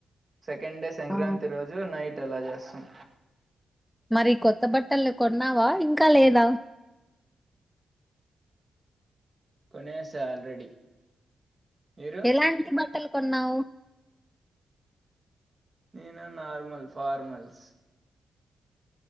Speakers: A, on the right; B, in the centre.
A: సెకండ్ డే సంక్రాంతి
B: ఆ
A: రోజు నైట్ ఎలా చేస్తాం
B: మరి కొత్త బట్టలు కొన్నావా ఇంకా లేదా
A: కొనేస ఆల్రెడీ మీరు
B: ఎలాంటి బట్టలు కొన్నావు
A: నేను నార్మల్ ఫార్మల్స్